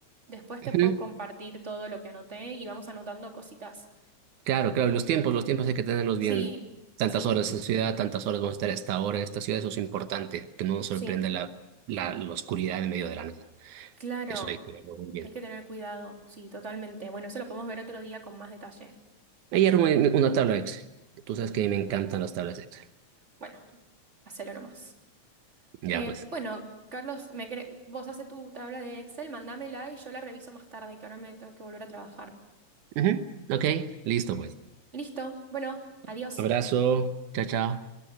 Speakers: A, on the right; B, on the right.
A: Después
B: ujú.
A: te puedo compartir todo lo que anoté y vamos anotando cositas.
B: Claro, claro, y los tiempos, los tiempos hay que tenerlos
A: Sí,
B: bien. Tantas
A: sí,
B: horas en esta ciudad, tantas horas vamos a estar a esta hora en esta ciudad, eso es importante, que no nos sorprenda
A: sí,
B: la, la, la oscuridad en medio de la nada.
A: claro.
B: Eso hay que verlo muy bien.
A: Hay que tener cuidado. Sí, totalmente. Bueno, eso lo podemos ver otro día con más detalle.
B: Me dieron un- una tabla Excel. Tú sabes que a mí me encantan las tablas Excel.
A: Bueno, hacelo nomás.
B: Ya
A: Eh,
B: pues.
A: bueno, Carlos, me cre- vos hace tu tabla de Excel, mandámela y yo la reviso más tarde, que ahora me tengo que volver a trabajar.
B: Ujú. Ok, listo pues.
A: Listo. Bueno, adiós.
B: Abrazo. Chao, chao.